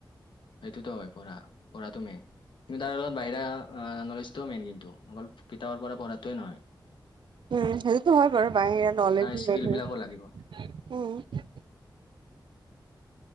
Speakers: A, on the left; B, on the right.
A: সেইটোতো হয় পঢ়া পঢ়াটো মেইন। কিন্তু তাৰ লগত বাহিৰা নলেজটোও মেইন কিন্তু, অকল কিতাপৰ পৰা পঢ়াটোৱে নহয়।
B: উম, সেইটোতো হয় বাৰু বাহিৰা নলেজ
A: স্কিল
B: মেইন হয়,
A: বিলাকো লাগিব
B: উম,